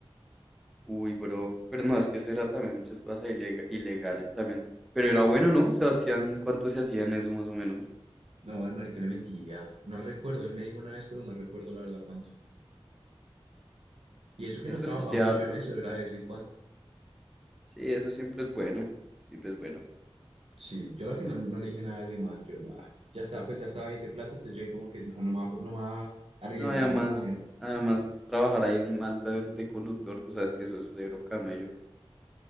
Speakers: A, in the centre; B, on the right.
A: Uy, bro, pero no, es que eso era también muchas cosas ilega- ilegales también. Pero era bueno,
B: Sí.
A: ¿no? Sebastián, ¿cuánto se hacían eso más o menos?
B: No, al marica le metía, no recuerdo, él me dijo una vez, pero no recuerdo la verdad cuánto. Y eso que
A: Eso
B: no trabajaba
A: se hacía
B: mucho
A: harto.
B: en eso, era de vez en cuando.
A: Sí, eso siempre es bueno. Siempre es bueno.
B: Sí, yo a la final no le dije nada a ese man, yo nada, ya estaba, pues ya estaba ahí de plata, entonces yo dije como que no, no me va, a co- no me va a arriesgar
A: No, y además,
B: de esa manera.
A: además, trabajar ahí en Malta de, de conductor, tú sabes que eso es un negro camello.